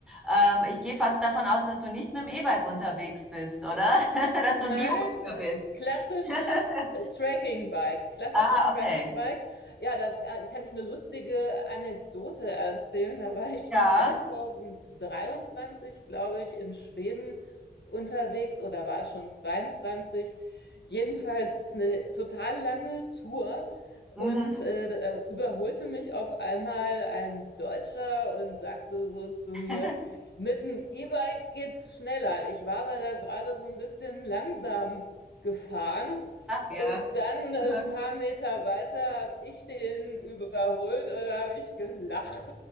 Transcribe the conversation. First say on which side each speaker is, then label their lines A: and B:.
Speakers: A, in the centre; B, on the left.
A: Ähm, ich gehe fast davon aus, dass du nicht mit dem E-Bike unterwegs bist, oder? <laughs> Dass du
B: Nein,
A: ein Bio-Biker
B: äh,
A: bist.
B: klassisches
A: <laughs>
B: äh, Tracking-Bike. Klassisches
A: Ah,
B: Tracking-Bike.
A: okay.
B: Ja, da kann, kann ich eine lustige Anekdote erzählen. Da war ich
A: Ja.
B: 2023, glaube ich, in Schweden unterwegs oder war schon 22. Jedenfalls eine total lange Tour.
A: Mhm.
B: Und äh, da überholte mich auf einmal ein Deutscher und sagte so zu
A: <laughs>
B: mir, Mit dem E-Bike geht's schneller. Ich war aber da gerade so ein bisschen langsam gefahren. Und
A: Ja.
B: dann äh,
A: Mhm.
B: ein paar Meter weiter habe ich den überholt und da habe ich gelacht.